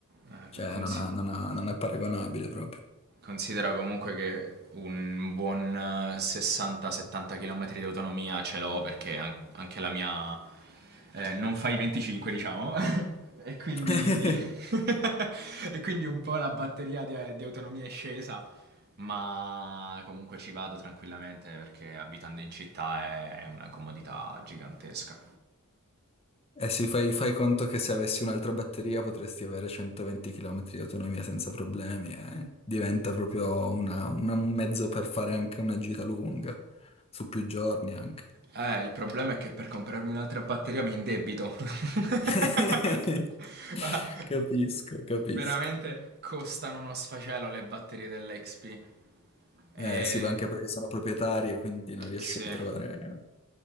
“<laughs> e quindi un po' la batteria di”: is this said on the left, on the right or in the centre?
Right